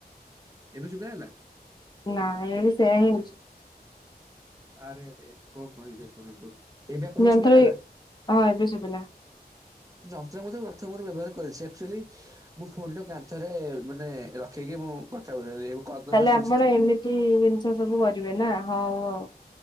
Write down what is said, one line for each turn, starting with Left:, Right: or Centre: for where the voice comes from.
Right: ଏବେ ଶୁବା ଗଲା?
Left: ନାଇ ଏବେ ସେୟା ହିଁ ହଉଚି।
Right: ଆରେରେ କଣ କହିବି ଆପଣଙ୍କୁ? ଏବେ ଆପଣଙ୍କୁ
Left: ଯନ୍ତ୍ର
Right: ଶୁଗାଗଲା?
Left: ହଁ ଏବେ ଶୁଭିଲା
Right: ଯନ୍ତ୍ର ମଧ୍ୟ ପ୍ରଥମରୁ ବ୍ୟବହାର କରିଛି ଆକ୍ଚୁଆଲି ମୁଁ ଫୋନ ଟାକୁ କାନ୍ଥରେ ମାନେ ରଖି କି ମୁଁ କଥା <unintelligible>
Left: ତାହେଲେ
Right: ଶୋଇଛି
Left: ଆପଣ
Right: ତ
Left: ଏମିତି ଜିନିଷ ସବୁ କରିବେ ନା ହଉ ହଉ।